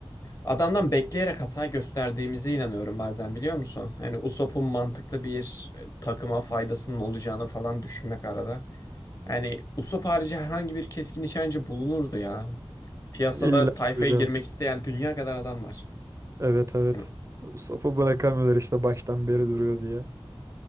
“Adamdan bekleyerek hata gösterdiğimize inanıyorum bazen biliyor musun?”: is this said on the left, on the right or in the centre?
Left